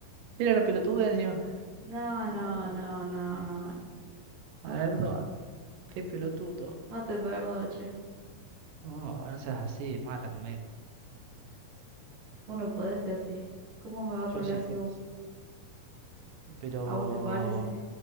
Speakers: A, on the right (about 75°); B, on the right (about 60°).
A: Era una pelotuda encima.
B: No,
A: No,
B: no, no, no, no.
A: perdón, qué pelotudo.
B: No te perdono, che.
A: No, no seas así, mala conmigo.
B: Vos no podés ser así. ¿Cómo me va a
A: Yo
B: trolear
A: sí
B: así
A: puedo.
B: vos?
A: Pero.
B: ¿A vos te parece?